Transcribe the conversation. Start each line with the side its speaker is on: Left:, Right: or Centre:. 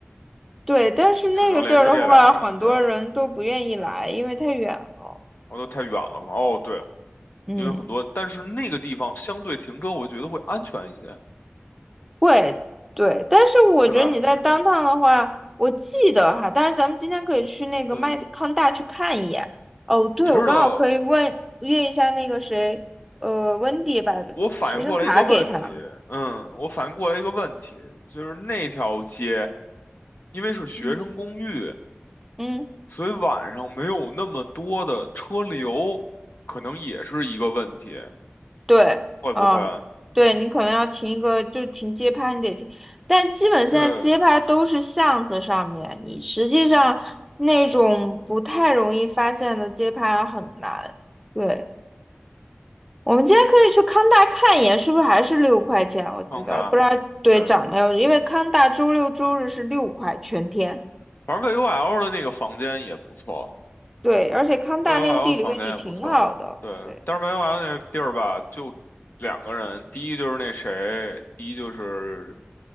Centre: 对，但是那个地儿的话，
Left: 只能联系这俩人。
Centre: 很多人都不愿意来，
Left: 对，
Centre: 因为太远了。
Left: 哦，都太远了嘛。哦，对，
Centre: 嗯。
Left: 因为很多，但是那个地方相对停车，我觉得会安全一些，
Centre: 会，对，但是我觉得你在
Left: 对吧？
Centre: d
Left: 嗯，
Centre: 趟的话，我记得哈，但是咱们今天可以去那个麦康大去看一眼。
Left: 对。
Centre: 哦，对，
Left: 你知道
Centre: 我刚好可以问约一下那个谁，呃，温迪把
Left: 我反应过来一个问题，
Centre: 学生卡给他。
Left: 嗯，我反应过来一个问题，就是那条街。因为是学生公寓，
Centre: 嗯，嗯，
Left: 所以晚上没有那么多的车流，可能也是一个问题，
Centre: 对，
Left: 会不会？
Centre: 嗯，对你可能要停一个，就停街拍，你得停，但基本现在街拍都是巷子上面，
Left: 对，
Centre: 你实际上那种不太容易发现的街拍很难。对，我们今天可以去康大看一眼，是不是还是六块钱？我记得不知道对涨没有，
Left: 康大，对，
Centre: 因为康大周六周日是六块全天。
Left: 反正 VUL 的那个房间也不错
Centre: 对，而且康大那个地理位置挺好的。
Left: ，VUL 房间也不错，对，
Centre: 对，
Left: 但是 VUL 那个地儿吧，就两个人，第一就是那谁，第一就是